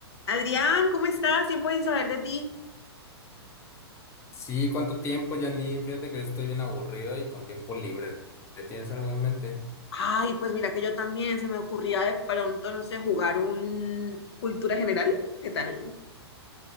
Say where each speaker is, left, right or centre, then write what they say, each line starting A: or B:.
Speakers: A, on the left; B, on the left.
A: Adrián, ¿cómo estás? Tiempo sin saber de ti.
B: Sí, ¿cuánto tiempo, Janine? Fíjate que ahorita estoy bien aburrido y con tiempo libre. ¿Tienes algo en mente?
A: Ay, pues mira que yo también se me ocurría de pronto, no sé, jugar un cultura general. ¿Qué tal?